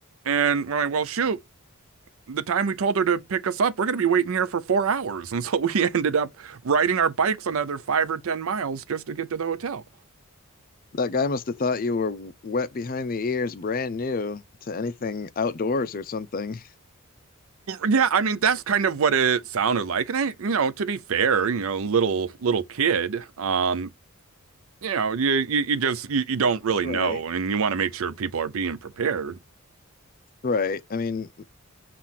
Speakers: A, on the right; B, on the left.
A: And we're like, well, shoot, the time we told her to pick us up, we're going to be waiting here for four hours. And so we <laughs> ended up riding our bikes another five or 10 miles just to get to the hotel.
B: That guy must have thought you were wet behind the ears, brand new to anything outdoors or something.
A: Yeah, I mean that's kind of what it sounded like. And I, you know, to be fair, you know, little little kid, um, you know, you you, you just you, you don't really
B: Right.
A: know, and you want to make sure people are being prepared.
B: Right. I mean,